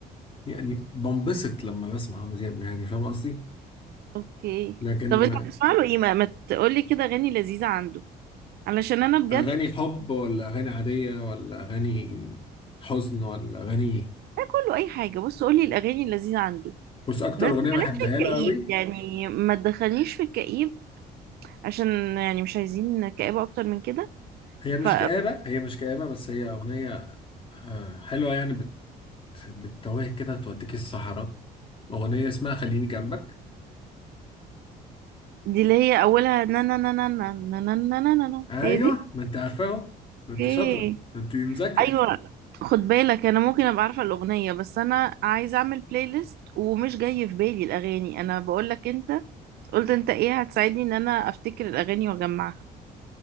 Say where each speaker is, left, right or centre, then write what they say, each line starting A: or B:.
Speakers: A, on the left; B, on the right.
A: يعني بنبسط لما بسمع عمرو دياب يعني فاهم قصدي
B: اوكي
A: لكن
B: طب انت بتسمع له ايه ما ما تقول لي كده اغاني لذيذة عنده علشان انا بجد
A: أغاني حب ولا أغاني عادية ولا أغاني حزن ولا أغاني إيه؟
B: ده كله اي حاجه بص قولي الاغاني اللذيذه عنده
A: بص اكتر
B: بس
A: اغنيه
B: بلاش
A: بحبها
B: في الكئيب
A: له قوي
B: يعني ما تدخلنيش في الكئيب عشان يعني مش عايزين كئيبه اكتر من كده
A: هي مش
B: ف
A: كآبة هي مش كآبة بس هي اغنيه آه، حلوه يعني بت بتتوهك كده توديك الصحراء اغنيه اسمها خليني جنبك
B: دي اللي هي اولها نا نا نا نا نا نا نا نا نا نا نا.
A: ايوه
B: هي دي
A: ما انت عارفاها أهو. ما
B: اوكي
A: انت شاطره ما انت مذاكره
B: ايوه خد بالك انا ممكن ابقى عارفه الاغنيه بس انا عايزه اعمل بلاي ليست ومش جاي في بالي الاغاني انا بقول لك انت قلت انت ايه هتساعدني ان انا افتكر الاغاني واجمعها